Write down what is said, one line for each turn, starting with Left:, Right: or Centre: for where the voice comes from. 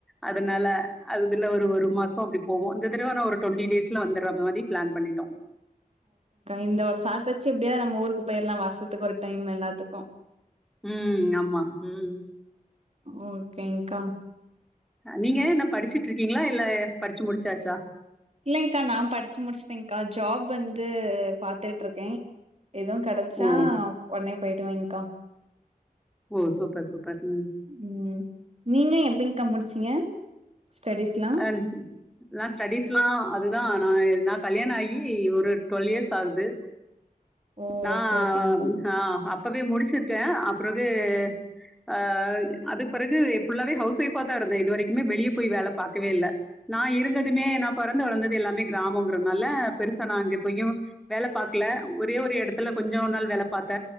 Centre: அதனால அதுபில்ல ஒரு ஒரு மாசம் அப்டி போவோ இந்த தடவ நா ஒரு டுவெண்டி டேஸ்ல வந்துற மாரி பிளான் பண்ணிட்டோ
Right: இந்த ஒரு சாக்கு வச்சு எப்டியாவ்து நம்ம ஊருக்கு போய்ற்லாம் வருஷத்துக்கு ஒரு டைம் எல்லாத்துக்கு
Centre: ம் ஆமா ம்
Right: ஓகேங்க்கா
Centre: நீங்க என்ன படிச்சுட்டு இருக்கீங்களா இல்ல படிச்சு முடிச்சாச்சா
Right: இல்லங்க்கா நா படிச்சு முடிச்சட்டேன்க்கா ஜாப் வந்து பாத்துட்டு இருக்கே எதுவு கெடச்சா
Centre: ஓ!
Right: ஒன்னே போய்டுவேங்க்கா
Centre: ஓ சூப்பர் சூப்பர் ம்
Right: ம் நீங்ளா எப்டிங்க்கா முடிச்சீங்க ஸ்டடீஸ்லாம்?
Centre: ஆன் ம் நா ஸ்டடிஸ்லா அதுதா நா நா கல்யாண ஆயி ஒரு டுவெல் இயர்ஸ் ஆகுது
Right: ஓ!
Centre: நா
Right: ஓகே ஓகேங்க்கா.
Centre: ஆம் அ அப்பவே முடிச்சிட்ட அப்றவு ஆ அதுக் பெறகு ஃபுல்லாவே ஹவுஸ் ஒய்ஃப்பா தா இருந்தே இதுவரைக்குமே வெளிய போய் வேல பாக் க்கவே இல்ல நா இருந்ததுமே நா பொறந்து வளந்தது எல்லாமே கிராமங்கிறனால பெருசா நா அங்க பொய்யு வேல பாக்ல ஒரே ஒரு எடத்துல கொஞ்சோ நாள் வேல பாத்த